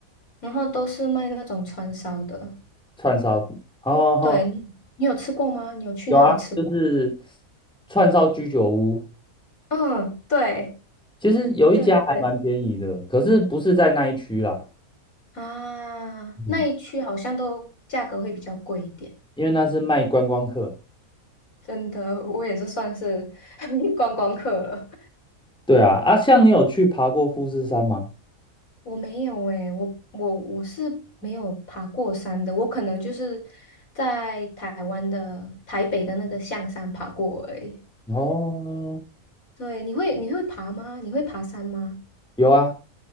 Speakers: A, on the left; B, in the centre.
A: 然后都是卖那种串烧的。
B: 串烧。哦，哦哦
A: 对，你你有吃过吗？你有去那里吃过？
B: 有啊，就是串烧居酒屋。
A: 嗯，对
B: 其实有一家还蛮便宜的，
A: 对对对
B: 可是不是在那一区啦。
A: 啊，那一区好像都价格会比较贵一点。
B: 嗯，因为那是卖观光客。
A: 真的，我也是算是 <laughs> 观光客了。
B: 对啊，啊，像你有去爬过富士山吗？
A: 我没有诶、我我我是没有爬过山的，我可能就是在台湾的台北的那个象山爬过而已。
B: 哦，
A: 对，你会你会爬吗？你会爬山吗？
B: 有啊。